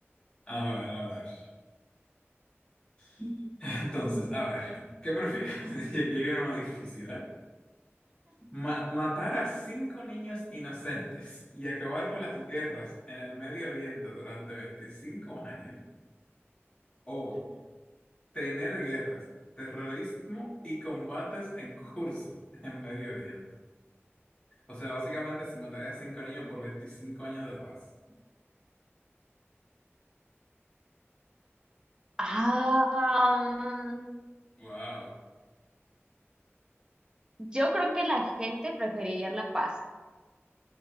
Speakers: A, on the left (about 20°); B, on the right (about 20°).
A: A ver, a ver. <laughs> Entonces, a ver, ¿qué prefieres? <laughs> Y aquí viene una difícil, ¿eh? Ma- matar a cinco niños inocentes y acabar con las guerras en el Medio Oriente durante 25 años. O Tener guerras, terrorismo y combates en curso <laughs> en Medio Oriente. O sea, básicamente se mataría a cinco niños por veinticinco años de paz.
B: Ah, mm,
A: Wow.
B: yo creo que la gente preferiría la paz.